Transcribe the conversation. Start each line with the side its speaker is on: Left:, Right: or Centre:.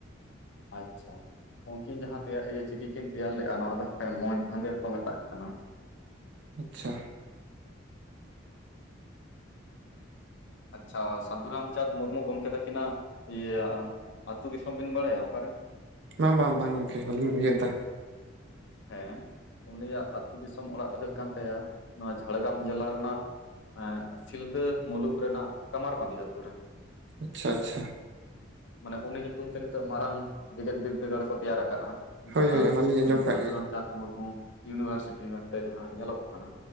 Left: ᱟᱪᱪᱷᱟ᱾ ᱩᱝᱠᱤᱱ ᱡᱟᱦᱟᱸ ᱛᱮᱭᱟ ᱤᱭᱟᱹ ᱪᱤᱠᱤ ᱠᱤᱱ ᱛᱮᱭᱟᱨ ᱞᱮᱜᱼᱟ, ᱱᱚᱣᱟ ᱫᱚ ᱦᱟᱸᱜ ᱠᱷᱟᱡ ᱢᱚᱸᱡᱽ ᱫᱟᱸᱫᱷᱮᱨᱠᱚ ᱢᱮᱛᱟᱜ ᱠᱟᱱᱟ᱾
Right: ᱟᱪᱪᱷᱟ᱾
Left: ᱟᱪᱪᱷᱟ ᱥᱟᱹᱫᱷᱩ ᱨᱟᱢᱪᱟᱸᱫᱽ ᱢᱩᱨᱢᱩ ᱜᱚᱢᱠᱮ ᱛᱟᱹᱠᱤᱱᱟᱜ ᱤᱭᱟᱹ ᱟᱹᱛᱩ ᱫᱤᱥᱚᱢ ᱵᱤᱱ ᱵᱟᱲᱟᱭᱟ ᱚᱠᱟᱨᱮ?
Right: ᱵᱟᱝᱻᱵᱟᱝᱻᱵᱟᱝᱻᱜᱚᱝᱠᱮ ᱵᱟᱹᱞᱤᱧ ᱩᱭᱦᱟᱹᱨ ᱫᱟ᱾
Left: ᱦᱮᱸ ᱩᱱᱤᱭᱟᱜ ᱟᱹᱛᱩ ᱫᱤᱥᱚᱢ ᱚᱲᱟᱜ ᱫᱚ ᱦᱩᱭᱩᱜ ᱠᱟᱱ ᱛᱟᱭᱟ, ᱱᱚᱣᱟ ᱡᱷᱟᱲᱜᱨᱟᱢ ᱡᱮᱞᱟ ᱨᱮᱱᱟᱜ ᱮᱸ ᱥᱤᱞᱫᱟᱹ ᱢᱩᱞᱩᱠ ᱨᱮᱱᱟᱜ ᱠᱟᱢᱟᱨ ᱵᱟᱸᱫᱽᱤ ᱟᱛᱳ ᱨᱮ᱾
Right: ᱟᱪᱪᱷᱟᱻᱟᱪᱪᱷᱟᱻ᱾
Left: ᱢᱟᱱᱮ ᱩᱱᱤ ᱧᱩᱛᱩᱢ ᱛᱮ ᱱᱤᱛᱚᱜ ᱢᱟᱨᱟᱝ ᱡᱮᱜᱮᱛ ᱵᱤᱫᱽᱫᱟᱹᱜᱟᱲ ᱠᱚ ᱛᱮᱭᱟᱨ ᱠᱟᱜᱼᱟ ᱡᱟᱦᱟᱸ
Right: ᱦᱳᱭ ᱦᱳᱭ ᱚᱱᱟᱞᱤᱧ ᱟᱸᱡᱚᱢ ᱠᱟᱜ ᱜᱮᱭᱟ
Left: ᱪᱟᱸᱫᱽ ᱢᱩᱨᱢᱩ ᱤᱭᱩᱱᱤᱵᱷᱟᱨᱥᱤᱴᱤ ᱢᱮᱱᱛᱮ ᱡᱟᱦᱟᱸ ᱧᱮᱞᱚᱜ ᱠᱟᱱᱟ᱾